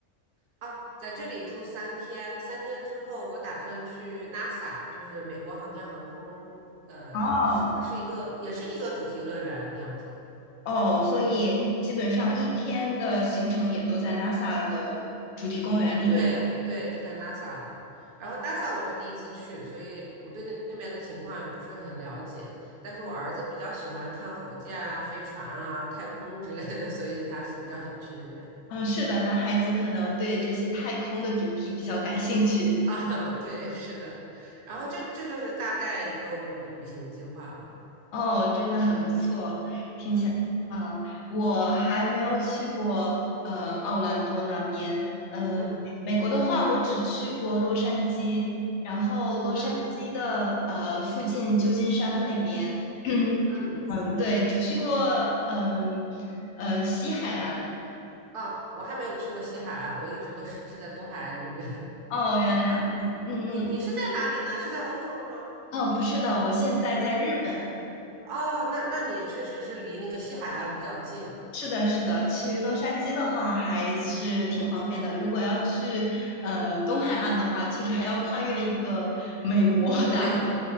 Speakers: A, on the right; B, on the left.
A: 啊。在这里住三天，三天之后我打算去 NASA，就是美国航天航空，呃，
B: 哦
A: 它是一个也是一个主题乐园那样子。
B: 哦，所以基本上一天的行程也都在 NASA 的主题公园里面。
A: 对对，就在 NASA 了。然后 NASA 我是第一次去，所以我对那那边的情况也不是很了解。但是我儿子比较喜欢看火箭啊、飞船啊、太空之类的，<laughs> 所以他比较想去那边
B: 嗯，是的，男孩子可能对这些太空的主题比较感兴趣。
A: 啊。<laughs> 对，是的。然后这这就是大概一个我的旅行计划了。
B: 哦，真的很不错。
A: 嗯
B: 嗯，我还没有去过呃奥兰多那边。呃，
A: 嗯
B: 美国的话，我只去过洛杉矶，然后洛杉矶的呃附近旧金山那边。
A: 嗯
B: <clears throat>
A: 嗯。
B: 嗯，对，只去过嗯呃，西海岸。
A: 啊，我还没有去过西海岸，我一直都是在东海岸这边 <laughs>
B: 哦，原来如此。
A: 啊。
B: 嗯嗯，
A: 你你是在哪里呢？是在欧洲吗？
B: 哦，不是的，我现在在日本。
A: 哦，那那你确实是离那个西海岸比较近。
B: 是的，是的，去洛杉矶的话还是挺方便的。如果要去呃东海岸的话，其实还要跨越一个美国 <laughs> 大。
A: 美国，